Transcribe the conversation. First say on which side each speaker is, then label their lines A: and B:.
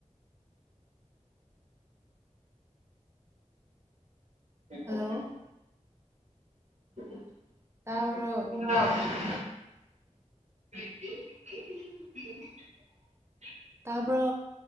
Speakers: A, on the right; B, on the right.
A: ꯑꯩ ꯀꯂ
B: ꯍꯜꯂꯣ
A: ꯐꯁ <unintelligible>
B: ꯇꯥꯕ꯭ꯔꯣ
A: <unintelligible>
B: ꯇꯥꯕ꯭ꯔꯣ